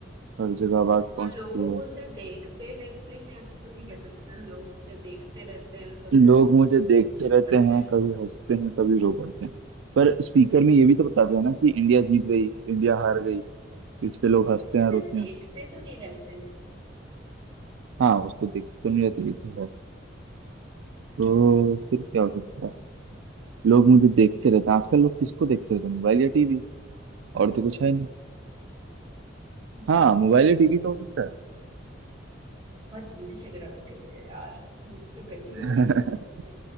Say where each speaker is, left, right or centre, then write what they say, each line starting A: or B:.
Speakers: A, on the right; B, on the right.
A: हर जगह आवाज
B: तो
A: पहुंचती
B: लोग
A: है
B: उसे देखते रहते हैं ऐसे तो नहीं कह सकते ना, लोग मुझे देखते रहते हैं और कभी
A: लोग
B: हंसते
A: मुझे
B: हैं
A: देखते
B: रो
A: रहते
B: पड़ते
A: हैं
B: हैं
A: कभी हंसते हैं कभी रो पड़ते हैं पर स्पीकर में ये भी तो बताते हैं ना कि इंडिया जीत गई इंडिया हार गई तो इस पे लोग हंसते
B: तो
A: हैं
B: उसे
A: रोते
B: देखते
A: हैं
B: तो नहीं रहते ना
A: हाँ उसको देखते तो नहीं रहते ये तो है तो फिर क्या हो सकता है लोग मुझे देखते रहते हैं आजकल लोग किसको देखते रहते हैं मोबाइल या टीवी और तो कुछ है नहीं
B: हम्म
A: हाँ मोबाइल या टीवी तो हो सकता
B: बहुत जल्दी फिगर आउट करते हैं यार मुझे तो कंफ्यूज
A: है
B: कर दिया था तुमने